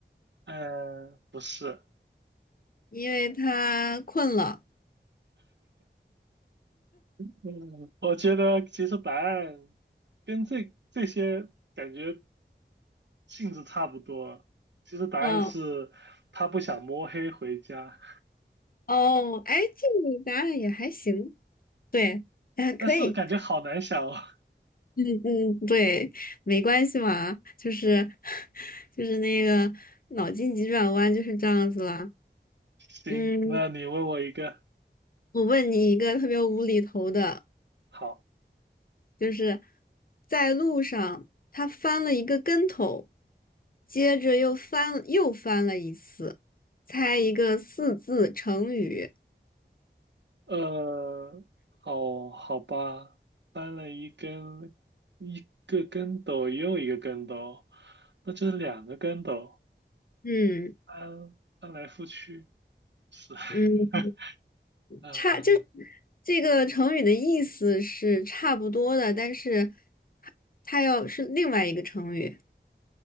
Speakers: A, on the right (about 70°); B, on the left (about 50°).
A: 呃，不是，
B: 因为他困了。
A: 嗯，我觉得其实答案跟这这些感觉性质差不多。其实答案是他不想摸黑回家，
B: 嗯哦，哎，这个答案也还行。对 <laughs>，啊，可以，
A: 但是感觉好难想哦。<laughs>
B: 嗯嗯，对，没关系嘛，就是 <laughs> 就是那个脑筋急转弯就是这样子啦。
A: 行，
B: 嗯，
A: 那你问我一个，
B: 我问你一个特别无厘头的，
A: 好，
B: 就是在路上他翻了一个跟头，接着又翻又翻了一次，猜一个四字成语。
A: 呃，好好吧，翻了一根，一个跟斗又一个跟斗，那就是两个跟斗，
B: 嗯
A: 翻翻来覆去是，<laughs>
B: 嗯，
A: 嗯、呃。
B: 差就这个成语的意思是差不多的，但是。它要是另外一个成语。